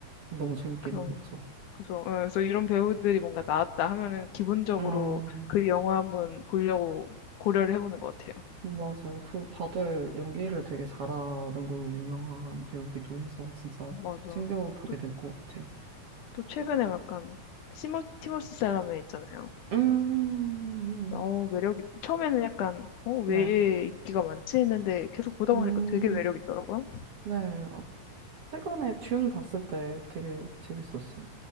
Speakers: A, on the right; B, on the left.
A: 너무 재밌게
B: 그런
A: 생겼죠.
B: 그래서, 어, 그래서 이런 배우들이 뭔가 나왔다 하면은 기본적으로
A: 음,
B: 그 영화 한번 보려고 고려를 해보는 것 같아요.
A: 맞아요. 그, 다들 연기를 되게 잘하는 걸로 유명한 배우기도 해서 진짜
B: 맞아.
A: 챙겨보게
B: 또,
A: 될 것 같아요.
B: 또 최근에 약간 시모, 티모시 샬라메 있잖아요.
A: 음,
B: 어, 매력이, 처음에는 약간, 어, 왜
A: 네.
B: 인기가 많지 했는데 계속 보다
A: 음,
B: 보니까 되게 매력 있더라고요.
A: 네. 어, 최근에 듄 봤을 때 되게 재밌었어요.